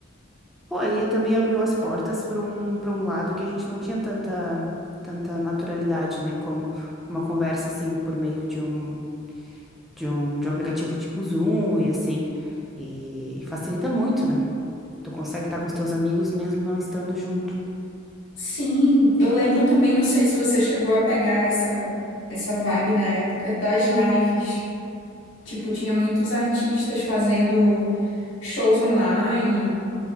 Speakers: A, in the centre; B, on the left.
A: Pô, e também abriu as portas para um, para um lado que a gente não tinha tanta, tanta naturalidade, né? Como uma conversa, assim, por meio de um de um, de um aplicativo tipo Zoom e assim. E facilita muito, né? Tu consegue estar com os teus amigos mesmo não estando junto.
B: Sim, eu lembro também, não sei se você chegou a pegar essa, essa vibe na época das lives. Tipo, tinha muitos artistas fazendo shows online